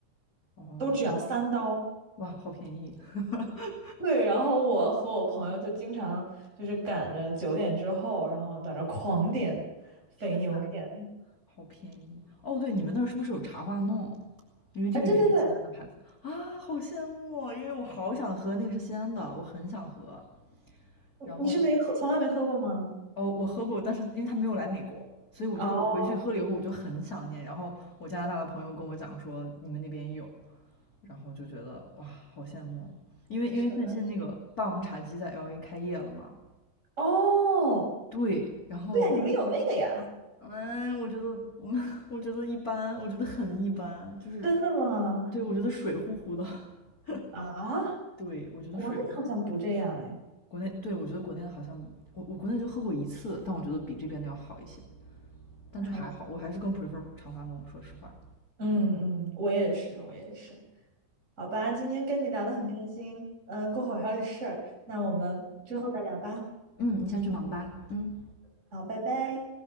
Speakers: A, on the left; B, on the right.
A: 哦，
B: 都只要三刀。
A: 哇，好便宜！<laughs>
B: 对，然后我和我朋友就经常就是赶着九点之后，然后在那狂点肥牛片。
A: 天呐，好便宜！哦，对，你们那儿是不是有茶花弄？因为这个也是西安的牌子啊，
B: 哎，对对对，
A: 好羡慕哦因为我好想喝，那个是西安的，我很想喝。然后，
B: 你是没喝，从来没喝过吗？
A: 哦，我喝过，但是因为他没有来美国，所以我就是我回去喝了以后，
B: 哦，
A: 我就很想念。然后我加拿大的朋友跟我讲说你们那边有，然后就觉得哇，好羡慕哦。因为因为最近那个霸王茶姬在
B: 是的。
A: LA 开业了嘛，
B: 哦，
A: 对，然后
B: 对呀，你们有那个呀。
A: 嗯，我觉得，嗯，我觉得一般，我觉得很一般，就是，
B: 真的吗？
A: 对，我觉得水乎乎的。<laughs>
B: 啊，
A: 对，我觉得水，
B: 国内好像不这样哎，
A: 国内，对，我觉得国内的好像，我我国内就喝过一次，但我觉得比这边的要好一些，但就还好，
B: 那还挺……
A: 我还是更 prefer 长发浓，说实话。
B: 嗯嗯，我也是，我也是。好吧，今天跟你聊的很开心，嗯、过会儿还有事儿，那我们之后再聊吧。
A: 嗯，你先去忙吧。嗯。
B: 好，拜拜。